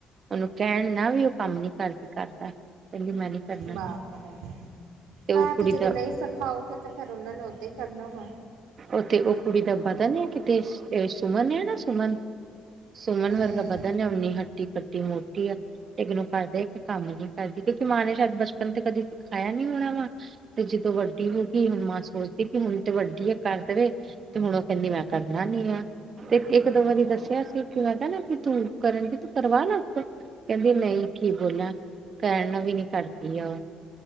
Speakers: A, on the right (about 40°); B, on the right (about 85°).
A: ਉਹਨੂੰ ਕਹਿਣ ਨਾ ਵੀ ਓ ਕੰਮ ਨੀ ਕਰਦੀ ਘਰ ਦਾ ਕੈਂਦੀ ਮੈਂ ਨੀ ਕਰਨਾ
B: ਬਾਪ ਰੇ
A: ਉਹ
B: ਹਾਂ ਤੇ
A: ਕੁੜੀ
B: ਜਦੋਂ
A: ਦਾ
B: ਨਹੀਂ ਸਿਖਾਓਗੇ ਤੇ ਫਿਰ ਉਹਨਾਂ ਨੇ ਉਦਾਂ ਹੀ ਕਰਨਾ ਵਾ।
A: ਉਥੇ ਓ ਕੁੜੀ ਦਾ ਬਦਨ ਏ ਕਿਤੇ ਸੁਮਨ ਆ ਨਾ ਸੁਮਨ ਸੁਮਨ
B: ਹੂੰ
A: ਵਰਗਾ ਬਦਨ ਆ ਓਨੀ ਹੱਟੀ ਘੱਟੀ ਮੋਟੀ ਆ। ਇਗਨੋਰ ਕਰਦੇ ਇੱਕ ਕੰਮ ਨੀ ਕਰਦੀ ਕਿਉਂਕਿ ਮਾਂ ਨੇ ਸ਼ਾਇਦ ਬਚਪਨ ਤੇ ਕਦੇ ਸਿਖਾਇਆ ਨੀ ਹੋਣਾ ਵਾਂ। ਤੇ ਜਦੋਂ ਵੱਡੀ ਹੋ ਗਈ ਹੁਣ ਮਾਂ ਸੋਚਦੀ ਕਿ ਹੁਣ ਤੇ ਵੱਡੀ ਹੈ ਕਰ ਦੇਵੇ। ਤੇ ਹੁਣ ਉਹ ਕੈਂਦੀ ਮੈਂ ਕਰਨਾ ਨੀ ਆ ਤੇ ਇੱਕ ਦੋ ਵਾਰੀ ਦੱਸਿਆ ਸੀ। ਕਿਆ ਕਿ ਤੂੰ ਕਰਨਗੇ ਤੂੰ ਕਰਵਾ ਨਾ ਕੈਂਦੀ ਨਈ ਕੀ ਬੋਲਾਂ ਕੈਂਣ ਨਾਲ ਵੀ ਨੀ ਕਰਦੀ ਆ ਓ।